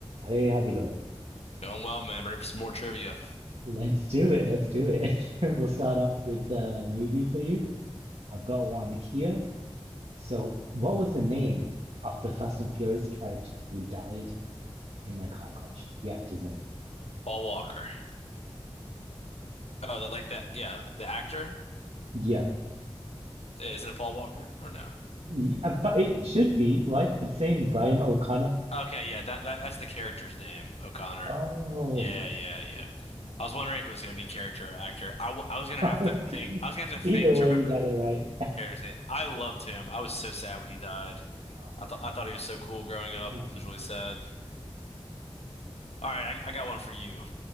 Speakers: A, on the right; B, on the left.
A: Hey, how's it going?
B: Going well, man. Ready for some more trivia.
A: Let's do it. Let's do it. <laughs> We'll start off with the movie for you. I've got one here. So, what was the name of the Fast and Furious character who died in the car crash? The actor's name.
B: Paul Walker. Oh, the- like that. Yeah, the actor.
A: Yeah.
B: Yeah, Is it a Paul Walker or no?
A: Y- uh, but it should be. What? It's saying Brian O'Connor.
B: Okay, yeah, that, that that's the character's name, O'Connor.
A: Oh,
B: Yeah,
A: the
B: yeah,
A: character.
B: yeah.
A: Oh.
B: I was wondering if it was gonna be character or actor. I, w- I was
A: <laughs>
B: gonna have
A: Okay.
B: to think. I was gonna have to
A: Either
B: think
A: way,
B: to remember
A: you got
B: the
A: it right.
B: character's name. I loved him. I was so sad when he died.
A: Oh, man.
B: I thought I thought he was so cool growing up.
A: Hmm.
B: It was really sad. All right, I, I got one for you.